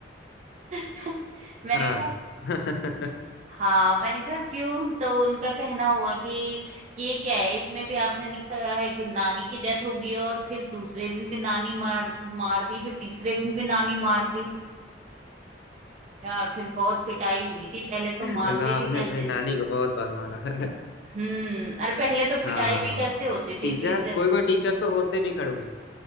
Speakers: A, on the right; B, on the left.
A: <laughs> मैंने
B: हाँ
A: कहा
B: <laughs>
A: हाँ मैंने कहा क्यों तो उनका कहना हुआ कि ये क्या है इसमें भी आपने लिखा है कि नानी की डेथ होगी और फिर दूसरे दिन भी नानी मार मार दी फिर तीसरे दिन भी नानी मार दी यार फिर बहुत पिटाई हुई थी पहले तो मारते
B: मतलब आपने
A: भी कैसे
B: अपने नानी
A: थे
B: को बहुत बार मारा है।
A: हम्म अरे पहले तो पिटाई
B: हाँ
A: भी कैसे होती
B: टीचर
A: थी टीचर
B: कोई कोई टीचर तो होते भी खड़ूस